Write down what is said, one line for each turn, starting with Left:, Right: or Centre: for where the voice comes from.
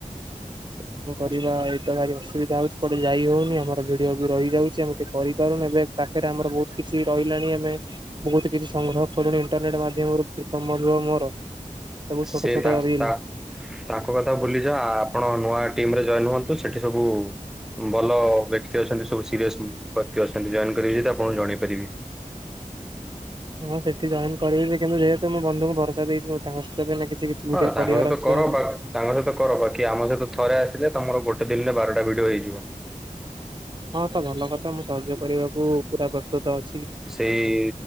Right: କଣ କରିବା ଏଇତ ଭାରି ଅସୁବିଧା ହଉଛି କୁଆଡେ ଯାଇ ହଉନି ଆମର ଭିଡିଓ ବି ରହିଯାଉଛି ଆମେ ଟିକେ କରି ପାରୁନ ଏବେ ପାଖରେ ଆମର ବହୁତ କିଛି ରହିଲାଣି ଆମେ ବହୁତ କିଛି ସଂଗ୍ରହ କଲୁଣି ଇଣ୍ଟରନେଟ ମାଧ୍ୟମରୁ ଦ କମରୁ ମୋର। ସବୁ
Centre: ସେ
Right: ଛୋଟ ଛୋଟ
Centre: ତା
Right: ରିଲ
Centre: ତା ତାଙ୍କ କଥା ଭୁଲିଯାଉ ଆପଣ ନୂଆ ଟିମରେ ଜଏନ ହୁଅନ୍ତୁ ସେଠି ସବୁ ଭଲ ବ୍ୟକ୍ତି ଅଛନ୍ତି ସବୁ ସିରିୟସ ବ୍ୟକ୍ତି ଅଛନ୍ତି ଜଏନ୍ କରିବେ ଯଦି ଆପଣଙ୍କୁ ଜଣେଇ ପାରିବି।
Right: ହଁ ସେଠି ଜଏନ୍ କରିବି ଯେ କିନ୍ତୁ ଯେହେତୁ ମୁଁ ବନ୍ଧୁଙ୍କୁ ଭରସା ଦେଇଛି ମୁଁ ତାଙ୍କ ସହିତ ଏବେ ଏନା ବି କିଛି ଭିଡିଓ
Centre: ହଁ ତାଙ୍କ
Right: କରିବାର
Centre: ସହିତ
Right: ଅଛି
Centre: କର
Right: ତ
Centre: ବା ତାଙ୍କ ସହିତ କର ବାକି ଆମ ସହିତ ଥରେ ଆସିଲେ ତମର ଗୋଟେ ଦିନରେ ବାରଟା ଭିଡିଓ ହେଇଯିବ।
Right: ହଁ ତ ଭଲ କଥା ମୁଁ ସହଜ କରିବାକୁ ପୁରା ପ୍ରସ୍ତୁତ ଅ
Centre: ସେଇ